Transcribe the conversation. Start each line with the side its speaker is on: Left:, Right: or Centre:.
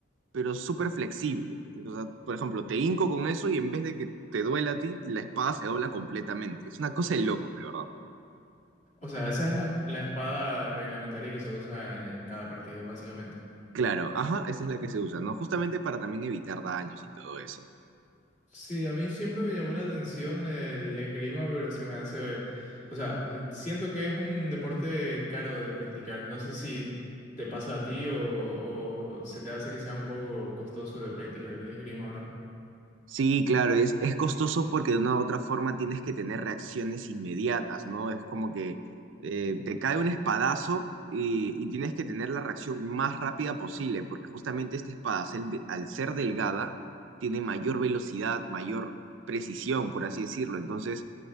Right: pero súper flexible. O sea, por ejemplo, te hinco con eso y en vez de que te duela a ti, la espada se dobla completamente. Es una cosa de loco, de verdad.
Left: O sea, esa es la, la espada reglamentaria que se usa en en cada partido, básicamente.
Right: Claro, ajá, esa es la que se usa, ¿no? Justamente para también evitar daños y todo eso.
Left: Sí, a mí siempre me llamó la atención el esgrima, pero se me hace, o sea, eh, siento que es un deporte caro de practicar. No sé si te pasa a ti o, o se te hace que sea un poco costoso de practicar el esgrima o no.
Right: Sí, claro, es, es costoso porque de una u otra forma tienes que tener reacciones inmediatas, ¿no? Es como que eh,
Left: Mm,
Right: te cae un espadazo y, y tienes que tener la reacción más rápida posible, porque justamente este espadacel, de- al ser delgada, tiene mayor velocidad, mayor precisión, por así decirlo. Entonces,